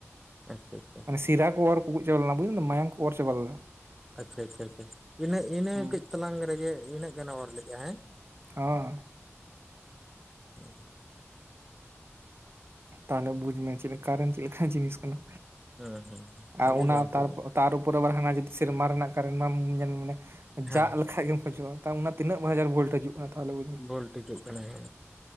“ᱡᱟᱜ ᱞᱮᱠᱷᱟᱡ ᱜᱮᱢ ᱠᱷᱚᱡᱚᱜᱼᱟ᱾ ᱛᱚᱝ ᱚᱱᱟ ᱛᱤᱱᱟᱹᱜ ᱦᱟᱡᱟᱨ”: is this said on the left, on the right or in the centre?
Right